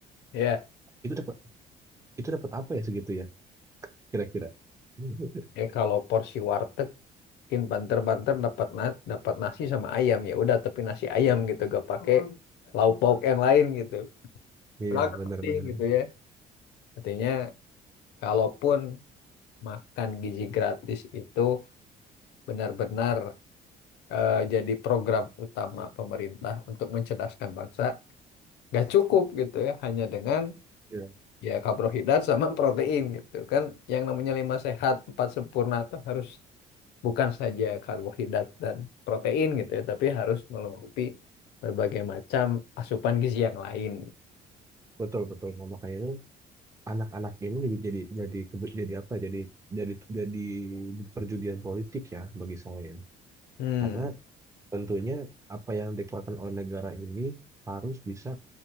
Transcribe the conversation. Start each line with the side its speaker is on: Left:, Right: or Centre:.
Left: Ya,
Right: Itu dapat itu dapat apa ya segitu ya kira-kira? <laughs>
Left: ya kalau porsi warteg mungkin banter-banter dapat na- dapat nasi sama ayam ya udah tapi nasi ayam gitu gak pakai lauk pauk yang lain gitu.
Right: Iya,
Left: Padahal kan
Right: benar
Left: penting
Right: benar.
Left: gitu
Right: benar.
Left: ya. Artinya, kalaupun makan gizi gratis itu benar-benar eh, jadi program utama pemerintah untuk mencerdaskan bangsa, nggak cukup gitu ya, hanya dengan
Right: Iya,
Left: ya karbohidrat sama <laughs> protein gitu kan. Yang namanya lima sehat, empat sempurna itu harus bukan saja karbohidrat dan protein gitu ya, tapi harus melengkapi berbagai macam asupan gizi yang lain.
Right: betul betul. Nah, makanya itu anak-anak ini jadi jadi jadi kebe- jadi apa ya, jadi jadi jadi perjudian politik ya bagi saya ya.
Left: Hmm,
Right: karena tentunya apa yang dikeluarkan oleh negara ini harus bisa